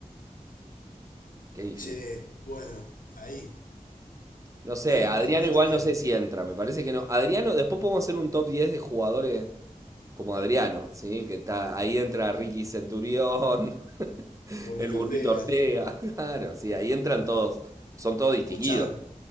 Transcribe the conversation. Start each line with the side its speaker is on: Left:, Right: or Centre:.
Right: Qué difícil.
Left: Che, bueno, ahí.
Right: No sé,
Left: No entra
Right: Adriano
Left: ningún otro
Right: igual
Left: argentino.
Right: no sé si entra, me parece que no. Adriano, después podemos hacer un top 10 de jugadores como Adriano, ¿sí? Que está, ahí entra Ricky Centurión, <laughs>
Left: Burrito
Right: el burrito
Left: Ortega.
Right: Ortega, <laughs> claro, sí, ahí entran todos, son todos distinguidos.
Left: Escuchame,